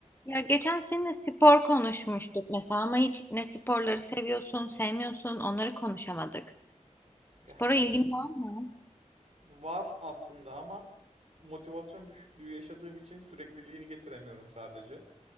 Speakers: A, on the left; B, on the right.
A: Ya geçen seninle spor konuşmuştuk mesela ama hiç ne sporları seviyorsun, sevmiyorsun onları konuşamadık. Spora
B: Yani
A: ilgin var mı?
B: var aslında ama motivasyon düşüklüğü yaşadığım için sürekliliğini getiremiyorum sadece.